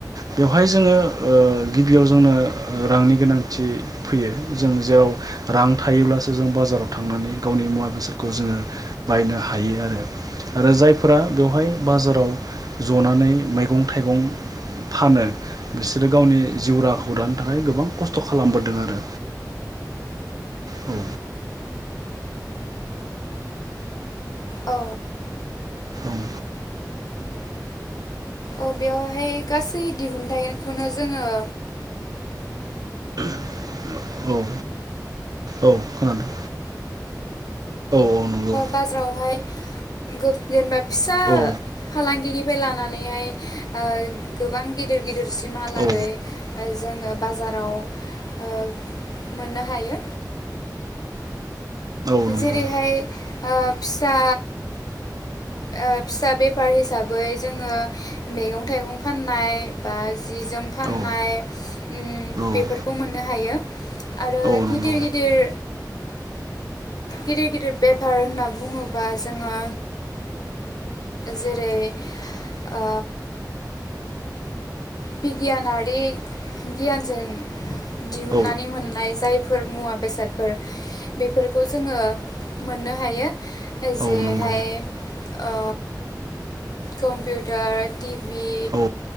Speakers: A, on the right (about 60°); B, on the left (about 60°).
A: बेवहाय जोङो ओ गिबियाव जोंनो रांनि गोनांथि फैयो जों जेराव रां थायोब्लासो जों बाजाराव थांनानै गावनि मुवा बेसादखौ जोङो बायनो हायो आरो आरो जायफोरा बेवहाय बाजाराव जनानै मै गं थाइगं फानो बिसोरो गावनि जिउ राहाखौ दानो थाखाय गोबां खस्थ खालामबोदों आरो। औ
B: औ
A: ओं
B: औ बेवहाय गासै दिहुनथाइखौनो जोङो
A: <inaudible> औ औ खोनादों। औ औ नंगौ।
B: बाजारावहाय गोग गो जेनेबा फिसा
A: औ
B: फालांगिनिफ्राय लानानैहाय ओ गोबां गिदिर गिदिर सिमहालागै
A: औ
B: ओ जोङो बाजाराव ओ मोननो हायो।
A: औ नंगौ
B: जेरैहाय ओ फिसा ओ फिसा बेफार हिसाबै जोङो मैगं थाइगं फाननाय बा जि जोम फाननाय
A: औ
B: ओम
A: औ
B: बेफोरखौ
A: नंगौ
B: मोननो हायो आरो
A: औ नंगौ
B: गिदिर गिदिर गिदिर गिदिर बेफार होनना बुङोबा जोङो जेरै ओ बिगियानारि गियानजों दिहुननानै
A: औ
B: मोननाय जायफोर मुवा बेसादफोर बेफोरखौ जोङो मोननो हायो
A: औ
B: जेरैहाय
A: नंगौ
B: ओ कम्पिउटार टिभि
A: औ